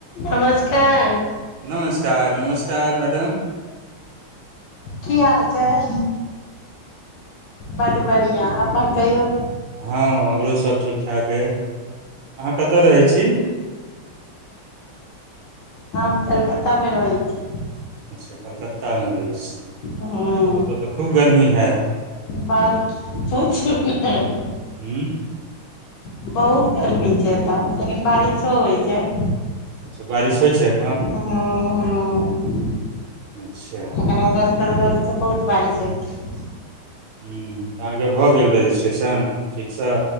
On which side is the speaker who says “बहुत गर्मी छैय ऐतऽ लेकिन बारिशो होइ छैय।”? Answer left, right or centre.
Left